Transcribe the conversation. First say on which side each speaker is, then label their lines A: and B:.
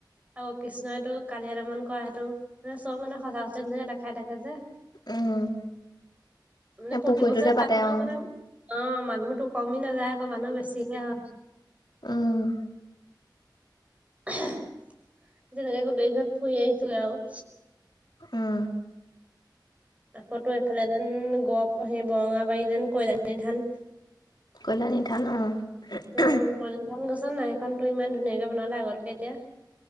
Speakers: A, on the right; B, on the left.
A: আৰু কৃষ্ণইটো কালিয়া দমন কৰা সেইটো। চব মানে সঁচা - নিচিনা দেখাই থাকে যে
B: উম
A: মানে প্ৰতি
B: পুখুৰীটোতে
A: বছৰে
B: পাতে
A: পাটনাও
B: অ',
A: বনাম অঁ মানুহতো কমি নাযায় আক' মানুহ বেছিহে হয়।
B: অঁ-ওঁ।
A: যেনেকে গোটেই কেইঘৰত ফুৰি আহিছোগে আও।
B: অঁ।
A: আকৌতো এইফালে যেন গ সেই যে বৰঙাবাৰী যেন কল্যাণী থান।
B: কল্যাণী থান অঁ। উদ্
A: উম
B: - হোঁ।
A: কল্যাণী থান গৈছ নাই? সেইখনটো ইমান ধুনীয়াকে বনালে আগতকে এতিয়া।